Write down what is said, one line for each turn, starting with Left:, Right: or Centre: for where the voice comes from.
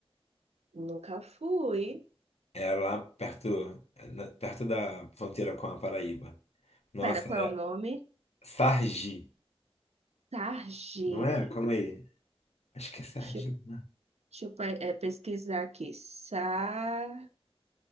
Right: Nunca fui.
Left: É lá perto, é na- perto da fronteira com a Paraíba. Nossa,
Right: Pera, qual
Left: é
Right: é o nome?
Left: Sargi,
Right: Sarge.
Left: não é? Calma aí. Acho que é Sargi.
Right: Deixa, eu
Left: né?
Right: deixa eu pe- eh, pesquisar aqui. Sa,